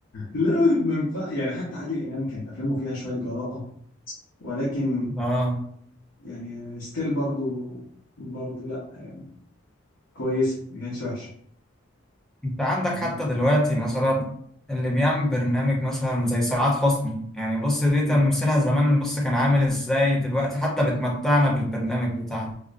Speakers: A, on the left; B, in the centre.
A: لا ما ينفع يعني حتى عادل امام كانت افلامه فيها شويه جراءه ولكن
B: <laughs> اه
A: يعني ستيل برضو برضو لا يعني كويسة ما كانتش وحشة
B: انت عندك
A: فاهم
B: حتى دلوقتي مثلا اللي بيعمل برنامج مثلا زي سعاد حسني يعني بص دي
A: مم.
B: تمثيلها زمان بص كان عامل ازاي دلوقتي حتى بتمتعنا بالبرنامج بتاعها